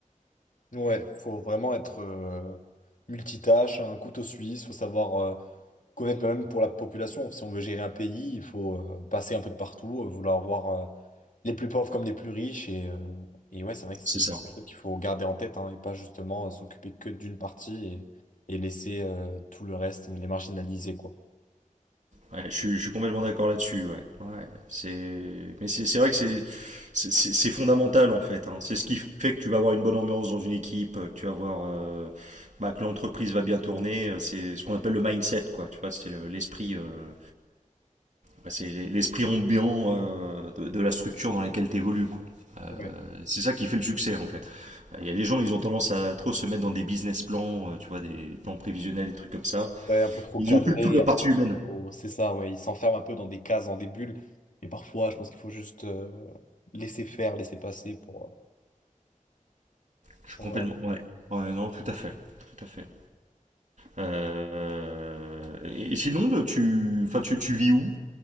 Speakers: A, on the left; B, on the right.
A: Ouais, faut vraiment être euh, multitâche, un couteau suisse, faut savoir. euh, connaître même pour la population. Si on veut gérer un pays, il faut euh, passer un peu de partout, euh, vouloir voir euh, les plus pauvres comme les plus riches. Et, euh, et ouais, c'est vrai que c'est
B: C'est ça.
A: quelque chose qu'il faut garder en tête hein, et pas justement euh, s'occuper que d'une partie et, et laisser euh, tout le reste, les marginaliser, quoi.
B: Ouais, je, suis- je suis complètement d'accord là-dessus. Ouais. Ouais, c'est... Mais c'est, c'est vrai que c'est, c'est, c'est- c'est fondamental en fait. hein. C'est ce qui fait que tu vas avoir une bonne ambiance dans une équipe, euh, que tu vas avoir euh, bah, que l'entreprise va bien tourner. euh, C'est ce qu'on appelle le mindset, quoi. Tu vois, c'est le- l'esprit, euh, bah, c'est l'e- l'esprit ambiant euh, de, de la structure dans laquelle tu évolues, quoi.
A: Ouais.
B: Euh, C'est ça qui fait le succès en fait. Euh, Il y a des gens, ils ont tendance à trop se mettre dans des business plans, euh, tu vois, des plans prévisionnels, des trucs comme ça.
A: Ouais, un peu trop
B: Ils
A: cadré,
B: occupent toute la
A: un
B: partie
A: peu
B: humaine.
A: trop- c'est ça, ouais. Ils s'enferment un peu dans des cases, dans des bulles. Et parfois, je pense qu'il faut juste euh, laisser faire, laisser passer pour. euh,
B: Je suis
A: pour-
B: complètement.
A: Voilà.
B: Ouais. Ouais, non, tout à fait. Tout à fait. Euh, Et et sinon, tu, enfin, tu, tu vis où